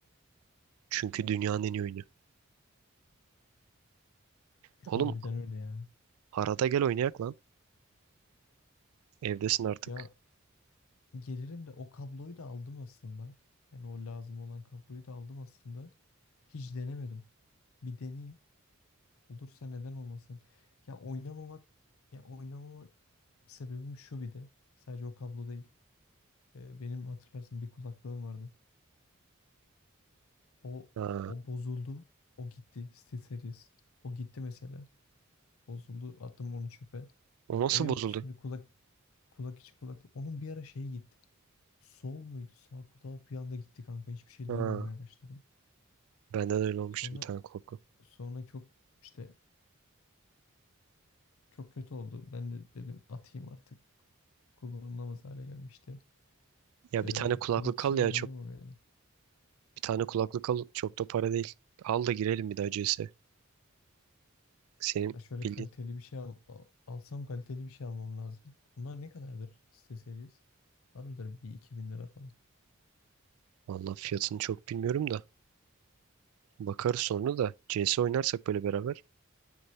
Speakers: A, on the right (about 80°); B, on the left (about 75°).
A: Çünkü dünyanın en iyi oyunu. Oğlum
B: Harbiden öyle ya.
A: arada gel oynayak lan. Evdesin artık.
B: Ya gelirim de o kabloyu da aldım aslında. Yani o lazım olan kabloyu da aldım aslında. Hiç denemedim. Bir deneyeyim. Olursa neden olmasın. Ya oynamamak ya oynamama sebebim şu bir de. Sadece o kablo değil. Ee, benim hatırlarsın bir kulaklığım vardı. O
A: Ha.
B: o bozuldu. O gitti. SteelSeries. O gitti mesela. Bozuldu. Attım onu çöpe.
A: O nasıl
B: O yok.
A: bozuldu?
B: Şimdi kulak kulak içi kulaklık. Onun bir ara şeyi gitti. Sol muydu? Sağ kulağı bir anda gitti kanka. Hiçbir şey
A: Ha.
B: duymamaya başladım.
A: Benden öyle olmuştu
B: Sonra
A: bir tane korku.
B: sonra çok işte çok kötü oldu. Ben de dedim atayım artık. Kullanılamaz hale gelmişti.
A: Ya
B: Ee,
A: bir tane kulaklık
B: kulak içi
A: al
B: de
A: ya
B: oynayamam
A: çok.
B: yani.
A: Bir tane kulaklık al çok da para değil. Al da girelim bir daha CS. Senin
B: Ha şöyle
A: bildiğin.
B: kaliteli bir şey al, al- alsam kaliteli bir şey almam lazım. Bunlar ne kadardır SteelSeries? Var mıdır bir 2000 lira falan?
A: Valla fiyatını çok bilmiyorum da. Bakarız sonra da C S oynarsak böyle beraber